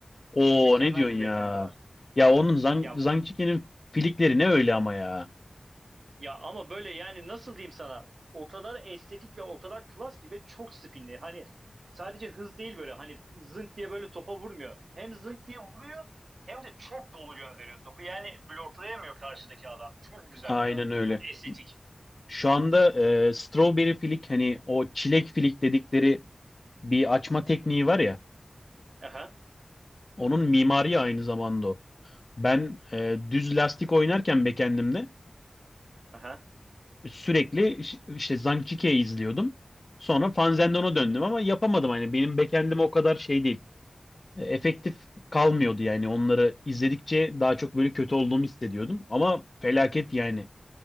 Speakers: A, on the left; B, on the right.
A: Oo
B: Mükemmel
A: ne diyorsun
B: bir
A: ya?
B: bekendi var.
A: Ya onun Zang
B: Ya
A: Zangçiki'nin filikleri ne öyle ama ya.
B: ya ama böyle yani nasıl diyeyim sana? O kadar estetik ve o kadar klasli ve çok spinli. Hani sadece hız değil böyle hani zınk diye böyle topa vurmuyor. Hem zınk diye vuruyor hem de çok dolu gönderiyor topu. Yani bloklayamıyor karşıdaki adam. Çok güzel
A: Aynen
B: ya.
A: öyle.
B: Çok estetik.
A: Şu anda e, strawberry filik hani o çilek filik dedikleri bir açma tekniği var ya.
B: Aha.
A: Onun mimari aynı zamanda o. Ben e, düz lastik oynarken backend'imde
B: Aha.
A: sürekli işte Zhangjiako'yu izliyordum. Sonra Fanzendon'a döndüm ama yapamadım. Hani benim backend'im o kadar şey değil. E, Efektif kalmıyordu yani onları izledikçe daha çok böyle kötü olduğumu hissediyordum. Ama felaket yani.